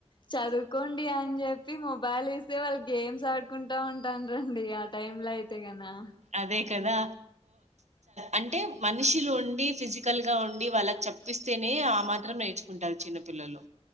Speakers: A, on the left (about 45°); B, on the right (about 80°).
A: చదువుకోండి అని అని చెప్పి మొబైల్ ఇస్తే వాళ్ళు గేమ్స్ ఆడుకుంటా ఉంటారండి టైంలో అయితే కనా
B: అదే కదా అంటే మనుషులు ఉండి ఫిజికల్ గా ఉండి వాళ్ళకి చప్పిస్తేనే ఆ మాత్రం నేర్చుకుంటారు చిన్నపు పిల్లలు